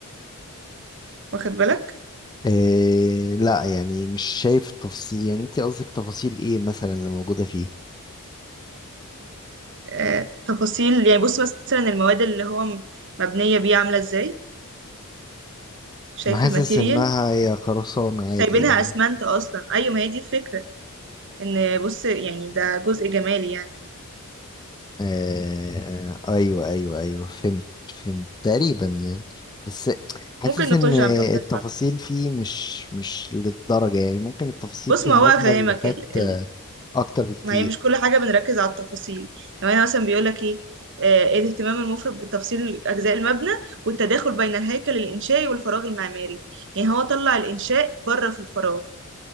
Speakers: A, on the right; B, on the left.
A: واخد بالك
B: إيه لا يعني مش شايف التفاصيل يعني انت قصدك تفاصيل ايه مثلا اللي موجودة فيه
A: آه تفاصيل يعني بص مثلا المواد اللي هو م- مبنية بيه عاملة ازاي شايف
B: انا حاسس
A: الماتيريال
B: انها هي خرسانة عادي
A: سايبينها
B: يعني
A: اسمنت اصلا ايوه ما هي دي الفكرة ان بص يعني ده جزء جمالي يعني
B: آه ايوه ايوه ايوه فهمت فهمت تقريبا يعني بس حاسس
A: ممكن نخش
B: ان
A: على المبنى
B: التفاصيل
A: اللي بعده
B: فيه مش مش للدرجة يعني ممكن التفاصيل
A: بص
B: في
A: ما
B: المبنى
A: هو افهمك
B: اللي فات
A: ال...
B: آه،
A: ال...
B: اكتر بكتير
A: ما هي مش كل حاجه بنركز على التفاصيل يعني انا مثلا بيقول لك ايه آه إيه الاهتمام المفرط بتفصيل اجزاء المبنى والتداخل بين الهيكل الانشائي والفراغ المعماري يعني هو طلع الانشاء بره في الفراغ